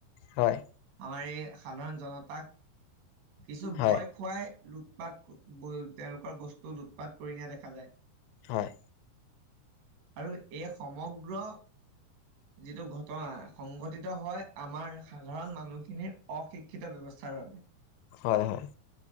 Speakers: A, on the left; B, on the right.
A: হয়।
B: আমাৰ এই সাধাৰণ জনতাক কিছু ভয়
A: হয়,
B: খুৱাই লুট-পাত, তেওঁলোকৰ বস্তু লুট-পাত কৰি নিয়া দেখা যায়।
A: হয়।
B: আৰু এই সমগ্ৰ যিটো ঘটনা সংঘটিত হয়, আমাৰ সাধাৰণ মানুহখিনিৰ অ-শিক্ষিত ব্যৱস্থাৰ বাবে।
A: হয়, হয়।